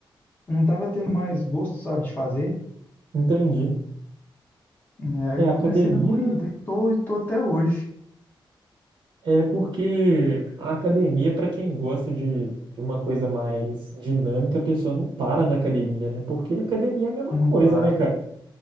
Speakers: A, on the left; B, on the right.
A: não tava tendo mais gosto, sabe, de fazer.
B: Entendi.
A: É, aí
B: É,
A: eu
B: a academia
A: comecei na corrida e tô, e tô até hoje.
B: é porque a academia, para quem gosta de, de uma coisa mais dinâmica, a pessoa não para na academia, né? Porque academia é a mesma
A: Não
B: coisa,
A: para.
B: né, cara?